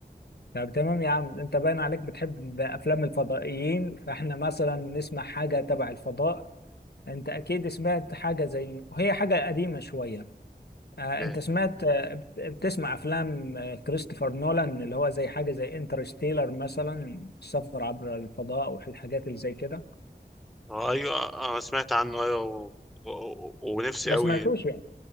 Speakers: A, on the left; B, in the centre.
A: طب تمام يا عم انت باين عليك بتحب افلام الفضائيين فاحنا مثلا نسمع حاجه تبع الفضاء انت اكيد سمعت حاجه زي هي حاجه قديمه شويه آه
B: ايه
A: انت سمعت آه، بت- بتسمع افلام آه، كريستوفر نولان اللي هو زي حاجه زي انترستيلر مثلا السفر عبر الفضاء والحاجات اللي زي كده
B: اه ايوه آه، انا سمعت عنه ايوه و... و... ونفسي
A: ما
B: قوي
A: سمعتوش يعني.